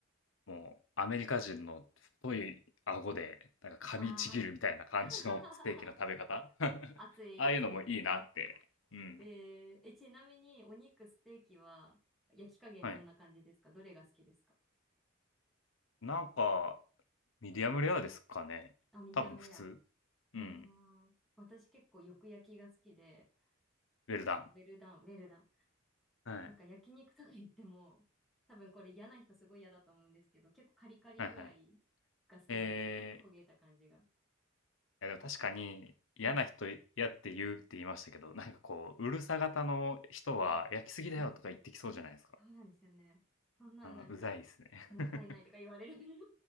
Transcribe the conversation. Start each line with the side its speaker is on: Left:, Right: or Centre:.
Left: う、もうアメリカ人の太い顎で、なんか噛みちぎるみたいな感じのステーキの食べ方
Centre: ああ。<laughs>
Left: <laughs>
Centre: 熱いステーキですね。
Left: ああいうのもいいなって。うん。
Centre: えー、え、ちなみにお肉、ステーキは焼き加減どんな感じですかどれが好きですか
Left: はい。なんか、ミディアムレアですかね。
Centre: あ、ミディアムレア。
Left: 多分普通。
Centre: あー私結構よく焼きが好きで、
Left: うん。ウェルダン。
Centre: あの、ウェルダン、ウェルダン。
Left: はい。
Centre: なんか焼肉とか言っても、多分これ嫌な人すごい嫌だと思うんですけど、結構カリカリ具合
Left: はいはい。
Centre: が好きなんですよ。
Left: えー、
Centre: ちょっと焦げた感じが。
Left: いやでも確かに嫌な人嫌って言うって言いましたけど、
Centre: はい。
Left: なんかこう、うるさ型の人は焼きすぎだよとか言ってきそうじゃないですか。
Centre: はい。はい。そうなんですよね。そんななんか、
Left: うん、うざいですね。
Centre: もったいないとか言われる。
Left: <laughs>
Centre: <laughs> い